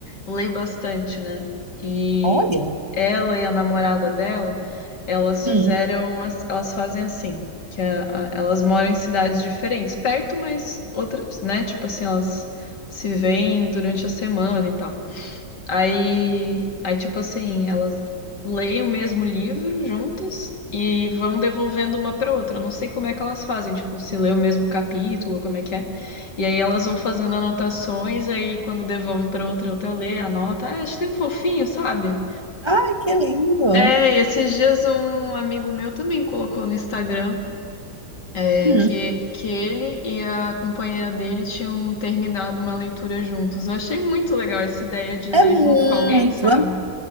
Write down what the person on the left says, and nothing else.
lê bastante, né? E
ela e a namorada dela, elas
fizeram. as- Elas fazem assim, que a- a- elas moram em cidades diferentes, perto, mas outras, né? Tipo assim, elas se veem durante a semana e tal. Aí, aí, tipo assim, elas leem o mesmo livro juntas e vão devolvendo uma para outra. Eu não sei como é que elas fazem, tipo, se lê o mesmo capítulo, como é que é. E aí elas vão fazendo anotações, aí quando devolve para outra, outra lê, anota. Ah, acho tão fofinho, sabe?
É, e esses dias um amigo meu também colocou no Instagram é,
que, que ele e a companheira dele tinham terminado uma leitura juntos. Eu achei muito legal essa ideia de
ler
junto com alguém, sabe?